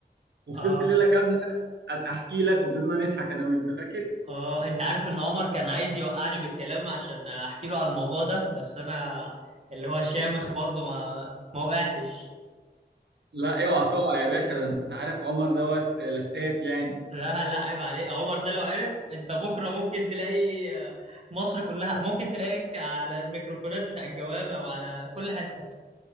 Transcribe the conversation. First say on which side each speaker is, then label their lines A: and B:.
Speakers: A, on the right; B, on the right.
A: وفضلت
B: اه
A: ليله كامله أت- احكي لك وفضلنا نضحك انا وانت فاكر
B: اه انت عارف ان عمر كان عايز يوقعني بالكلام عشان احكي له على الموضوع ده بس انا اللي هو شامخ برضه ما ما وقعتش
A: لا اوعى تقع يا باشا ده انت عارف عمر دوت لتات يعني
B: لا لا عيب عليك عمر ده لو عرف انت بكره ممكن تلاقي آه، مصر كلها ممكن تلاقيك على الميكروفونات بتاع الجوامع وعلى كل حته